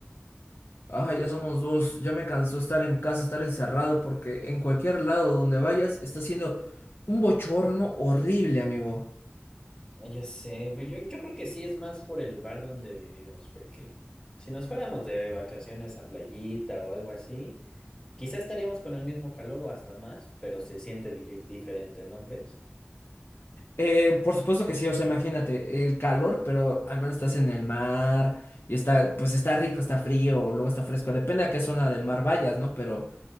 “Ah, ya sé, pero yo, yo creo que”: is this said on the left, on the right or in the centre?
Left